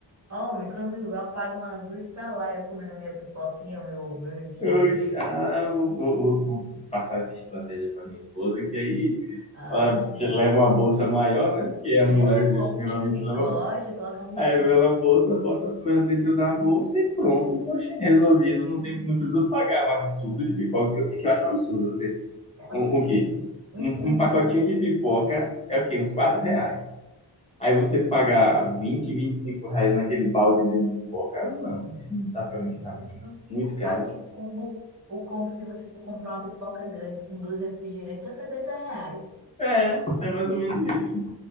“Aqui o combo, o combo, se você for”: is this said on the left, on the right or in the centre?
Right